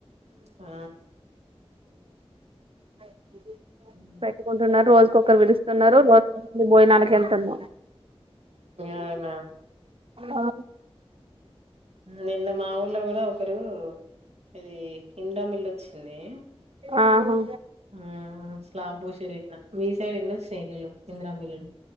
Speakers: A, on the right (about 85°); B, on the right (about 60°).
A: ఆ.
B: <inaudible>
A: హ్మ్.
B: పెట్టుకుంటున్నారు రోజుకోక్కరు పీలుస్తున్నారు రోజు భోజనానికి వెళ్తున్నా
A: అవునా
B: ఆ
A: నిన్న మా ఊర్లో కూడా ఒకరు ఇది ఇడా మీల్ వచ్చింది
B: ఆహో
A: ఆ స్లాబ్ పోసిన్రు ఎక్కున మీ సైడ్ ఎన్ని వచ్చినాయి ఇం దిరామ్మా ఇల్లులు